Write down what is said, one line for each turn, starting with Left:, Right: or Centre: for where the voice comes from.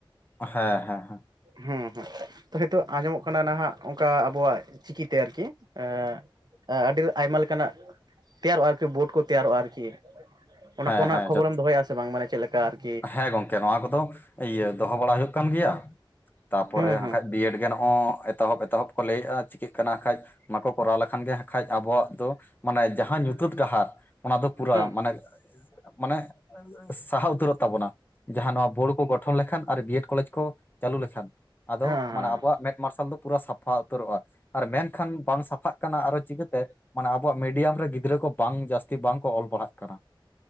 Left: ᱦᱮᱸ ᱦᱮᱸ ᱦᱮᱸ
Right: ᱦᱩᱸ ᱦᱩᱸ ᱛᱚ ᱱᱤᱛᱚᱜ ᱟᱸᱡᱚᱢᱚᱜ ᱠᱟᱱᱟ ᱱᱟᱦᱟᱜ ᱚᱱᱠᱟ ᱟᱵᱚᱣᱟᱜ ᱪᱤᱠᱤ ᱛᱮ ᱟᱨᱠᱤ ᱮ ᱟᱹᱰᱤ ᱟᱭᱢᱟ ᱞᱮᱠᱟᱱᱟᱜ ᱛᱮᱭᱟᱨᱚᱜᱼᱟ ᱟᱨᱠᱤ ᱵᱳᱨᱰ ᱠᱚ ᱛᱮᱭᱟᱨᱚᱜᱼᱟ ᱟᱨᱠᱤ ᱚᱱᱟ
Left: ᱦᱮᱸ
Right: ᱠᱚ ᱨᱮᱱᱟᱜ
Left: ᱦᱮᱸ
Right: ᱠᱷᱚᱵᱚᱨᱮᱢ
Left: ᱡᱚᱛᱚ
Right: ᱫᱚᱦᱚᱭᱟ ᱥᱮ ᱵᱟᱝ? ᱢᱟᱱᱮ ᱪᱮᱫ ᱞᱮᱠᱟ ᱟᱨᱠᱤ
Left: ᱦᱮᱸ ᱜᱚᱝᱠᱮ ᱱᱚᱣᱟ ᱠᱚᱫᱚ ᱤᱭᱟᱹ ᱫᱚᱦᱚ ᱵᱟᱲᱟ ᱦᱩᱭᱩᱜ ᱠᱟᱱ ᱜᱮᱭᱟ᱾ ᱛᱟᱯᱚᱨᱮ
Right: ᱦᱮᱸ ᱦᱮᱸ
Left: ᱦᱟᱠᱷᱟᱡ ᱵᱤᱭᱮᱰ ᱜᱮ ᱱᱚᱜ ᱚᱸ ᱮᱛᱚᱦᱚᱵ ᱮᱛᱚᱦᱚᱵ ᱠᱚ ᱞᱟᱹᱭᱮᱫᱼᱟ ᱪᱤᱠᱟᱹᱜ ᱠᱟᱱᱟᱠᱟᱡ ᱚᱱᱟ ᱠᱚ ᱠᱚᱨᱟᱣ ᱞᱮᱠᱷᱟᱱ ᱜᱮ ᱠᱷᱟᱡ ᱟᱵᱚᱣᱟᱜ ᱫᱚ ᱢᱟᱱᱮ ᱡᱟᱦᱟᱸ ᱧᱩᱛᱟᱹᱛ ᱰᱟᱦᱟᱨ ᱚᱱᱟ ᱫᱚ ᱯᱩᱨᱟᱹᱜᱼᱟ
Right: ᱦᱮᱸ
Left: ᱢᱟᱱᱮ ᱢᱟᱱᱮ ᱥᱟᱦᱟ ᱩᱛᱟᱹᱨᱚᱜ ᱛᱟᱵᱚᱱᱟ ᱡᱟᱦᱟᱸ ᱱᱚᱣᱟ ᱵᱳᱲ ᱠᱚ ᱜᱚᱴᱷᱚᱱ ᱞᱮᱠᱷᱟᱱ ᱟᱨ ᱵᱤᱭᱮᱰ ᱠᱚᱞᱮᱡᱽ ᱠᱚ ᱪᱟᱹᱞᱩ ᱞᱮᱠᱷᱟᱱ ᱟᱫᱚ
Right: ᱦᱮᱸ
Left: ᱢᱟᱱᱮ
Right: ᱦᱮᱸ
Left: ᱟᱵᱚᱣᱟᱜ ᱢᱮᱫ ᱢᱟᱨᱥᱟᱞ ᱫᱚ ᱯᱩᱨᱟᱹ ᱥᱟᱯᱷᱟ ᱩᱛᱟᱹᱨᱚᱜᱼᱟ ᱟᱨ ᱢᱮᱱ ᱠᱷᱟᱱ ᱵᱟᱝ ᱥᱟᱯᱷᱟᱜ ᱠᱟᱱᱟ ᱟᱨᱚ ᱪᱤᱠᱟᱹ ᱛᱮ ᱢᱟᱱᱮ ᱟᱵᱚᱣᱟᱜ ᱢᱤᱰᱤᱭᱟᱢ ᱨᱮ ᱜᱤᱫᱽᱨᱟᱹ ᱠᱚ ᱵᱟᱝ ᱡᱟᱹᱥᱛᱤ ᱵᱟᱝ ᱠᱚ ᱚᱞ ᱯᱟᱲᱦᱟᱜ ᱠᱟᱱᱟ